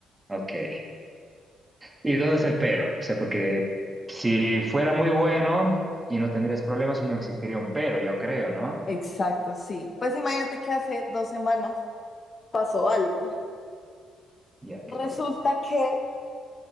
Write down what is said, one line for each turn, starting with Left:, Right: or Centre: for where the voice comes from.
Right: Ok. ¿Y dónde está el pero? O sea, porque si fuera muy bueno y no tendrías problemas, no existiría un pero, yo creo, ¿no?
Left: Exacto, sí. Pues imagínate que hace dos semanas pasó algo.
Right: Ya, ¿qué pasó?
Left: Resulta que,